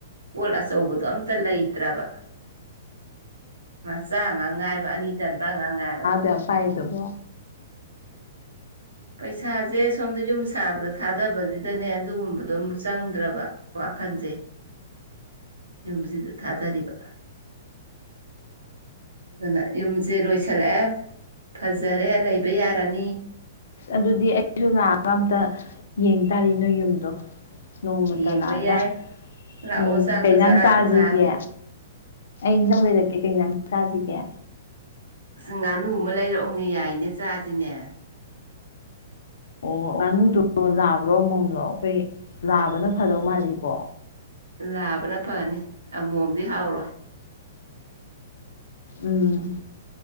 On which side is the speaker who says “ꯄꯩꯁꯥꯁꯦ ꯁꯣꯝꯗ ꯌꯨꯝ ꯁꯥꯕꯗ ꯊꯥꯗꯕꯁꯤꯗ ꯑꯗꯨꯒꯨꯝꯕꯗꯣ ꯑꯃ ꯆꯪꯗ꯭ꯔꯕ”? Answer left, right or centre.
Right